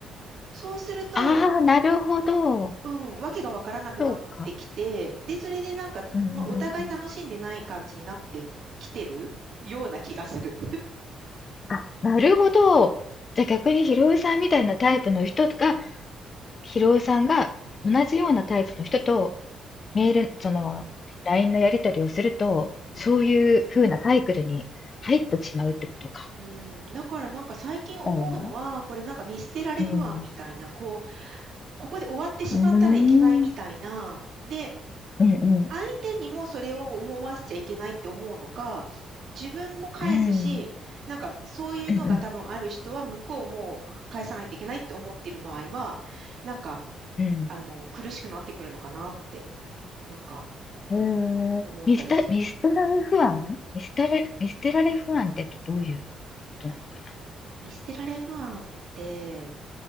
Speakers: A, on the right; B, on the left.
A: そうすると、
B: ああ、なるほど。
A: うん、わけがわからなくなってきて、
B: そうか。
A: で、それでなんか、
B: うんうんうん
A: まあ、お互い楽しんでない感じになってきてるような気がする。
B: あ、なるほど。じゃあ逆にひろゆさんみたいなタイプの人が、ひろゆさんが同じようなタイプの人とメール、その LINE のやり取りをすると、
A: うん。
B: そういう風なサイクルに入ってしまうってことか。
A: うん。だからなんか最近思うのは、
B: だよね。
A: これなんか見捨てられ不安みたいな、
B: うん。
A: こう、ここで終わってしまったらいけないみたいな、
B: うーん。
A: で、
B: うんうん。
A: 相手にもそれを思わせちゃいけないって思うのか、自分も返すし、
B: うん。
A: なんかそういうのが多分ある人は向こうも返さないといけないって思っている場合は、
B: うんう
A: なんか、
B: ん。
A: あの、苦しくなってくるのかなって、なんか
B: うん。
A: 思ったりする。
B: 見捨て、見捨てられ不安ミステラれ、見捨てら不安ってどういうことなのかな
A: 見捨てられ不安って、